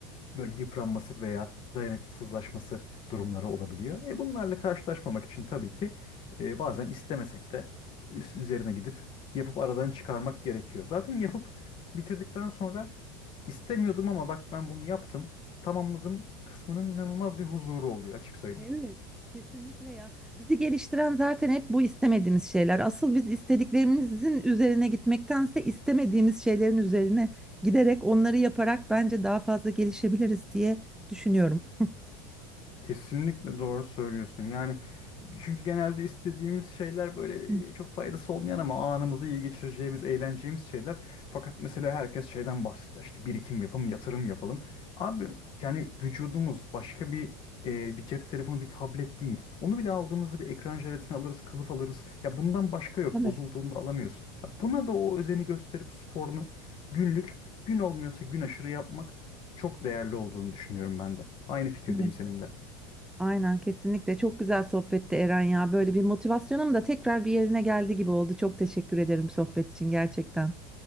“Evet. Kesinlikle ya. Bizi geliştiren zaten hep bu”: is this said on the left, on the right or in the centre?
Centre